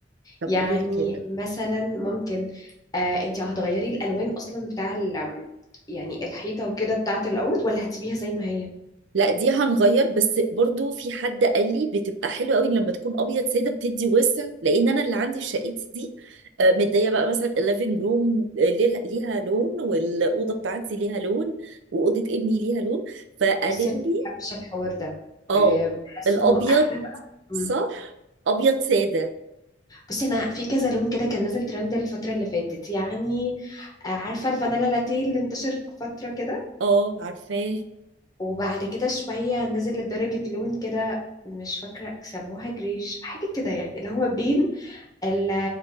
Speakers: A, on the right; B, on the left.
A: طب
B: يعني
A: قولي لي كده
B: مثلا ممكن آه أنت هتغيري الألوان أصلا بتاع ال... يعني الحيطة وكده بتاعة الأوض ولا هتسيبيها زي ما هي
A: لا دي هنغير بس برضو في حد قال لي بتبقى حلوه قوي لما تكون ابيض ساده بتدي وسع لان انا اللي عندي في شقتي دي آه، مديه بقى مثلا الليفنج روم ليها لون والاوضه بتاعتي ليها لون واوضه ابني ليها لون فقالوا
B: بصي أنا ما
A: لي
B: بحبش الحوار ده
A: اه
B: آه بحس
A: الابيض
B: إنه أحلى بقى إمم.
A: صح ابيض ساده
B: بصي انا في كذا لون كده كان نازل ترند الفتره اللي فاتت يعني آه، عارفه الفانيلا لاتيه اللي انتشر فتره كده
A: اه عارفاه
B: وبعد كده شويه نزل لدرجه لون كده مش فاكره سموها جريج حاجه كده يعني اللي هو بين ال